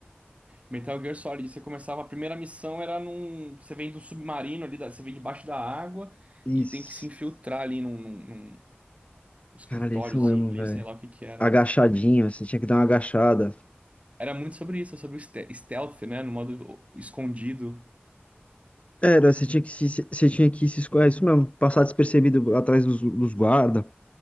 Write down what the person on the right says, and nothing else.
Metal Gear Solid, você começava, a primeira missão era num. Você vem do submarino ali, da- você vem debaixo da água
e tem que se infiltrar ali num, num- num escritóriozinho
ali,
sei lá o que que era.
Era muito sobre isso, sobre o ste- stealth, né? No modo escondido,